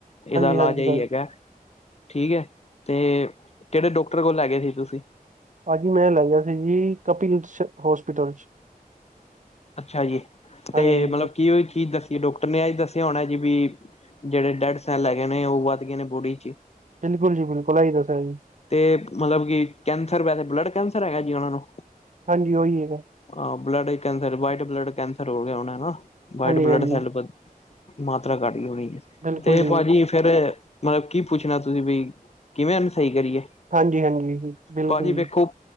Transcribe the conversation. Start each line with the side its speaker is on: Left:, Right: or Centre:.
Left: ਇਹਦਾ ਇਲਾਜ
Right: ਹਾਂਜੀ
Left: ਇਹੀ ਹੈਗਾ ਠੀਕ ਹੈ। ਤੇ ਕਿਹੜੇ ਡਾਕਟਰ ਕੋਲ ਲੈ ਗਏ ਸੀ ਤੁਸੀਂ
Right: ਹਾਜੀ ਮੈਂ ਲੈ ਗਿਆ। ਜੀ ਕਪਿਲ ਹੋਸਪਿਟਲ ਚ
Left: ਅੱਛਾ ਜੀ
Right: ਹਾਂਜੀ।
Left: ਤੇ ਮਤਲਬ ਕੀ ਉਹਈ ਚੀਜ਼ ਦੱਸੀ ਡਾਕਟਰ ਨੇ ਇਹ ਦੱਸਿਆ ਹੋਣਾ ਜੀ ਵੀ ਜਿਹੜੇ ਡੈਡ ਲੈ ਗਏ ਨੇ ਉਹ ਵੱਧ ਗਏ ਨੇ ਬੋੜੀ ਚ
Right: ਬਿਲਕੁਲੀ ਬਿਲਕੁਲ ਆਈ ਦੱਸ ਜੀ
Left: ਤੇ ਮਤਲਬ ਕੀ ਕੈਂਸਰ ਵੈਸੇ ਬਲੱਡ ਕੈਂਸਰ ਹੈਗਾ ਜੀ ਉਹਨਾਂ ਨੂੰ
Right: ਹਾਂਜੀ ਉਹੀ ਹੈਗਾ।
Left: ਆਹ blood cancer white blood cancer ਹੋ ਗਿਆ ਹੋਨਾ ਨਾ ਵਾਈਟ
Right: ਹਾਂਜੀ
Left: ਬਲੱਡ
Right: ਹਾਂਜੀ
Left: ਸੈੱਲ ਮਾਤਰਾ ਘੱਟ ਗਈ ਹੋਣੀ ਹੈ
Right: ਬਿਲਕੁਲ
Left: ਤੇ
Right: ਜੀ
Left: ਭਾਜੀ ਫੇਰ ਮਤਲਬ ਕੀ ਪੁੱਛਣਾ ਤੁਸੀਂ ਬਈ ਕਿਵੇਂ ਏਨੂ ਸਹੀ ਕਰੀਏ
Right: ਹਾਂਜੀ ਹਾਂਜੀ ਬਿਲਕੁਲ
Left: ਭਾਜੀ ਵੇਖੋ।
Right: ਜੀ।